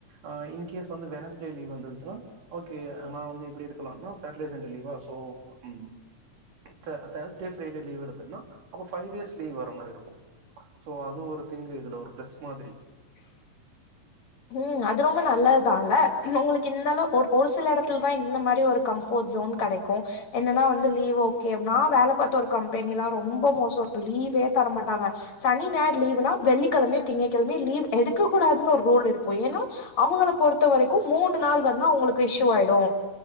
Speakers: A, on the right; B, on the left.
A: ஆ இன்கேஸ் வந்து வெனஸ்டே லீவ் வந்துச்சுனா ஓகே நா வந்து எப்டி எடுக்கலானா சாட்டர்டே சண்டே லீவா சோ உ தே தேஸ்டே ஃப்ரைடே லீவ் எடுத்தன்னா அப்ப ஃபைவ் டேஸ் லீவ் வர மாரி இருக்கு சோ அது ஒரு இங்க இதுல ஒரு பிளஸ் மாதிரி
B: ம் அது ரொம்ப நல்லதுதான்ல்ல உங்களுக்கு இந்தளவு ஒரு ஒரு சில இடத்துலதா இந்த மாதிரி ஒரு கம்ஃபோர்ட் ஜோன் கடைக்கு என்னன்னா வந்து லீவ் ஓகே நா வேலை பாத்த ஒரு கம் போக்கிங்லா ரொம்ப மோசோ லீவே தர மாட்டாங்க சனி ஞாயிறு லீவுனா வெள்ளிக்கிழமயு திங்ககிழமயு லீவ் எடுக்க கூடாதுனு ஒரு ரூல் இருக்கு பொய்னா அவங்கள பொறுத்த வரைக்கு மூணு நாள் வந்து அவங்களுக்கு இஷ்யூ ஆயிடு